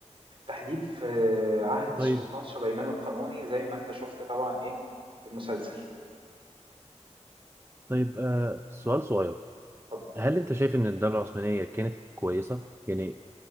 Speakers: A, on the right; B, on the right.
A: في التحديد في عهد السلطان
B: طيب
A: سليمان القانوني زي ما أنت شفت طبعا إيه في المسلسل
B: طيب آه سؤال صغير
A: اتفضل.
B: هل انت شايف ان الدولة العثمانية كانت كويسة؟ يعني